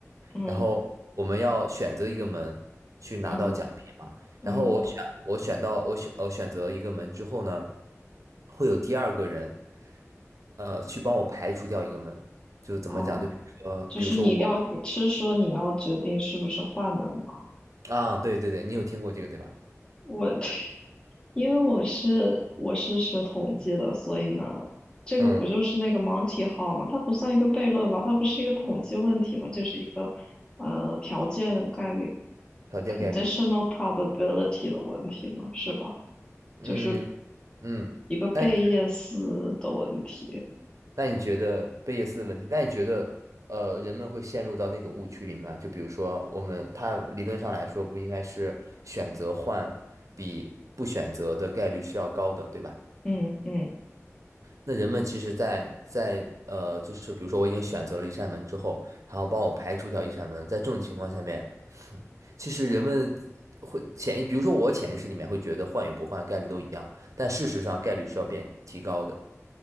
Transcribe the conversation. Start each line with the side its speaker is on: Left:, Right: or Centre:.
Left: 嗯
Right: 然后我们要选择一个门去拿到奖品嘛，
Left: 嗯嗯，
Right: 然后我选我选到我选我选择一个门之后呢，会有第二个人，呃，去帮我排除掉一个门，就是怎么讲，
Left: 哦，
Right: 就比如说比如说我。
Left: 就是你要是说你要决定是不是换门吗？
Right: 啊，对对对，你有听过这个对吧？
Left: 我 <laughs> 因为我是我是学统计的，所以呢，这个不就是那个
Right: 嗯，
Left: Monty Hall 吗？它不算一个悖论吧？它不是一个统计问题吗？就是一个呃条件概率
Right: 条件概率，
Left: conditional probability 的问题嘛，是吧？
Right: 嗯
Left: 就是
Right: 嗯，
Left: 一个贝叶斯的问题。
Right: 那你那你觉得贝叶斯的问题？那你觉得呃，人们会陷入到那种误区里面吗？就比如说，我们它理论上来说，不应该是选择换比不选择的概率是要高的，对吧？
Left: 嗯嗯。
Right: 那人们其实在，在呃，就是比如说我已经选择了一扇门之后，然后帮我排除掉一扇门，在这种情况下面，<laughs> 其实人们会潜意，比如说我潜意识里面会觉得换与不换概率都一样，但事实上概率是要变提高的。